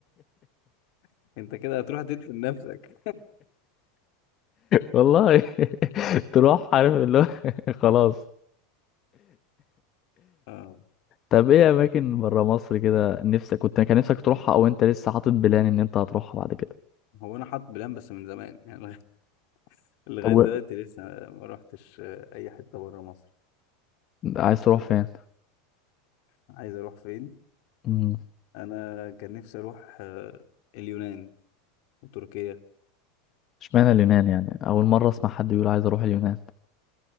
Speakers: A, on the left; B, on the left.
A: <laughs> انت كده هتروح تدفن نفسك
B: والله تروح عارف اللي هو <laughs> خلاص
A: اه
B: طب ايه اماكن برا مصر كده نفسك كنت كان نفسك تروحها او انت لسه حاطط بلان ان انت هتروحها بعد كده
A: هو انا حاطط بلان بس من زمان يعني لغاية لغاية
B: طب و...
A: دلوقتي لسه ما روحتش آه، اي حتة بره مصر
B: عايز تروح فين
A: عايز اروح فين
B: امم
A: انا كان نفسي اروح آه، اليونان وتركيا
B: اشمعنى اليونان يعني اول مره اسمع حد يقول عايز اروح اليونان